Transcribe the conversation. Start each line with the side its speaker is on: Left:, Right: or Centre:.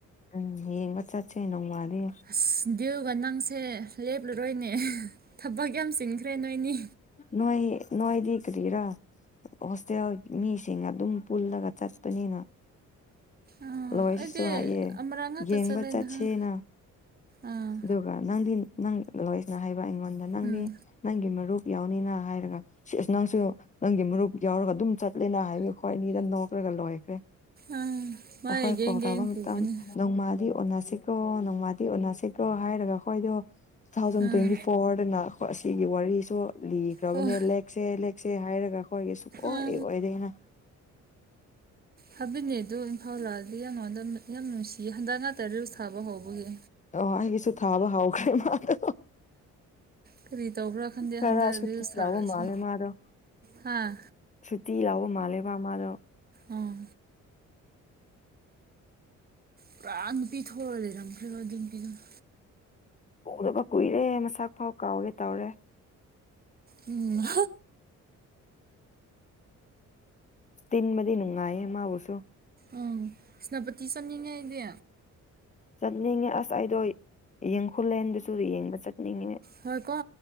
Left: ꯎꯝ ꯌꯦꯡꯕ ꯆꯠꯁꯦ ꯅꯣꯡꯃꯜꯗꯤ
Right: ꯑꯁ ꯗꯤꯨꯒ ꯅꯪꯁꯦ ꯂꯦꯞꯂꯨꯔꯣꯏꯅꯦ ꯊꯕꯛ ꯌꯥꯝ ꯆꯤꯟꯈ꯭ꯔꯦ ꯅꯣꯏꯅꯤ
Left: ꯅꯣꯏ ꯅꯣꯣꯏꯗꯤ ꯀꯔꯤꯔꯥ ꯍꯣꯁꯇꯦꯜ ꯃꯤꯁꯤꯡ ꯑꯗꯨꯝ ꯄꯨꯜꯂꯒ ꯆꯠꯄꯅꯤꯅ
Right: ꯑꯥ
Left: ꯂꯣꯏꯁꯤꯁꯨ
Right: ꯑꯩꯗꯤ
Left: ꯍꯥꯏꯌꯦ
Right: ꯑꯃꯔꯛ ꯉꯥꯛꯇ
Left: ꯌꯦꯡꯕ
Right: ꯆꯠꯂꯦ
Left: ꯆꯠꯁꯅ
Right: ꯅꯍꯥꯟ ꯑꯥ
Left: ꯑꯗꯨꯒ ꯑꯗꯨꯒ ꯅꯪꯗꯤ ꯅꯪ ꯂꯣꯏꯁꯤꯅ ꯍꯥꯏꯕ ꯑꯩꯉꯣꯟꯗ ꯅꯪꯗꯤ
Right: ꯎꯝ
Left: ꯅꯪꯒꯤ ꯃꯔꯨꯞ ꯌꯥꯎꯅꯤꯅ ꯍꯥꯏꯔꯒ ꯁꯤ ꯑꯁ ꯅꯪꯁꯨ ꯅꯪꯒꯤ ꯃꯔꯨꯞ ꯌꯥꯎꯔꯒ ꯑꯗꯨꯝ꯫ ꯆꯠꯂꯦꯅ ꯍꯥꯏꯌ ꯑꯩꯈꯣꯏ ꯑꯅꯤꯗ ꯅꯣꯛꯈ꯭ꯔꯒ ꯂꯣꯏꯈ꯭ꯔꯦ
Right: ꯑꯥ ꯃꯥꯏ
Left: ꯑꯩꯈꯣꯏ
Right: ꯒꯦꯡ
Left: ꯀꯜ
Right: ꯒꯦꯡ
Left: ꯊꯥꯕ ꯃꯇꯝꯗ
Right: ꯄꯨꯕꯅꯦ
Left: ꯅꯣꯡꯃꯥꯗꯤ ꯑꯣꯟꯅꯁꯤꯀꯣ ꯅꯣꯡꯃꯥꯗꯤ ꯑꯣꯅꯥꯁꯤꯦꯀꯣ ꯍꯥꯏꯔꯒ ꯑꯩꯈꯣꯏꯗꯣ ꯇꯨ ꯊꯥꯎꯖꯟ
Right: ꯑꯥ
Left: ꯇ꯭ꯋꯦꯟꯇꯤ ꯐꯣꯔꯗꯅ ꯑꯁꯤꯒꯤ ꯋꯥꯔꯤꯁꯨ ꯂꯤꯈ꯭ꯔꯕꯅꯦ
Right: ꯍꯣꯏ
Left: ꯂꯦꯛꯁꯦ ꯂꯦꯛꯁꯦ ꯍꯥꯏꯔꯒ ꯑꯩꯈꯣꯏꯒꯤ ꯁꯨꯡꯛꯑꯣ
Right: ꯑꯥ
Left: ꯑꯣꯏꯔꯦꯅ
Right: ꯍꯥꯕꯤꯠꯅꯦ ꯑꯗꯨꯣ ꯏꯝꯐꯥꯜ ꯂꯥꯛꯑꯗꯤ ꯌꯥꯝꯉꯣꯟꯗ ꯌꯥꯝ ꯅꯨꯡꯁꯤꯌꯦ ꯍꯟꯗꯛ ꯉꯥꯛꯇꯔꯔꯁꯨ ꯊꯥꯕ ꯍꯧꯕꯒꯤ
Left: ꯑꯣ ꯑꯩꯒꯤꯁꯨ ꯊꯥꯕ ꯍꯥꯎꯈ꯭ꯔꯦ ꯃꯥꯗꯣ
Right: ꯀꯔꯤ ꯇꯧꯕ꯭ꯔꯥ ꯈꯪꯗꯦ
Left: ꯈꯔ
Right: ꯍꯟꯗꯛ
Left: ꯁꯨꯇꯤ
Right: ꯔꯤꯨꯁ ꯊꯥꯔꯛꯑꯁꯤ
Left: ꯂꯧꯕ ꯃꯥꯜꯂꯦ ꯃꯥꯗꯣ
Right: ꯍꯥꯥ
Left: ꯁꯨꯇꯤ ꯂꯥꯎꯕ ꯃꯥꯜꯂꯦꯕ ꯃꯥꯗꯣ
Right: ꯑꯥ ꯄꯨꯔꯥ ꯅꯨꯄꯤ ꯊꯣꯛꯑ ꯂꯩꯔꯝꯈ꯭ꯔꯒ ꯑꯗꯨ ꯅꯨꯄꯤꯗꯨꯅ
Left: ꯗꯕ ꯀꯨꯏꯔꯦ ꯃꯁꯥꯛ ꯐꯥꯎ ꯀꯥꯎꯒꯦ ꯇꯧꯔꯦ
Right: ꯎꯝ
Left: ꯇꯤꯟ ꯃꯗꯤ ꯅꯅꯨꯡ ꯉꯥꯏꯃꯥꯎꯨꯁꯨꯣ
Right: ꯎꯪ ꯀ꯭ꯁꯅꯄꯇꯤ ꯆꯠꯅꯤꯡꯉꯦ ꯍꯥꯏꯅꯦ
Left: ꯆꯠꯅꯤꯡꯉꯦ ꯑꯁ ꯑꯩꯗꯣ ꯌꯦꯡꯈꯨꯜꯂꯦꯟꯗꯨꯁꯨ ꯌꯦꯡꯕ ꯆꯠꯅꯤꯡꯉꯦ
Right: ꯍꯣꯏ ꯀꯣ